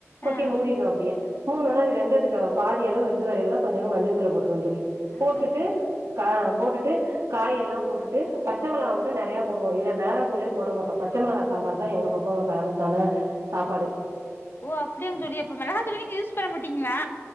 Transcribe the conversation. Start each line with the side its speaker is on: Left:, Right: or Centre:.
Right: கொட்டி
Left: ஆ
Right: மூடிடுவ அப்டியே மூடுனோன்னா
Left: ஆ
Right: அது வெந்ததுக்கு பாதி அளவு வெந்து வரயிலதா கொஞ்சோன்னு மஞ்சத்தூள போட்டுருவ தோழி
Left: ஆ
Right: போட்டுட்டு
Left: சொல்லுங்க
Right: க
Left: ஆ
Right: போட்டுட்டு காய் எல்லாம் போட்டுட்டு பச்சமிளகா மட்டு நெறயா போடுவோ இதுல மெளகாதூளே போட மாட்டோ பச்சமெளகா சாம்பார் தா எங்க பக்கோ ஃபேமஸான சாப்பாடு
Left: ஓ அப்டியாங்க தோழி அப்ப மெளகாதூளே நீங்க யூஸ் பண்ண மாட்டீங்ளா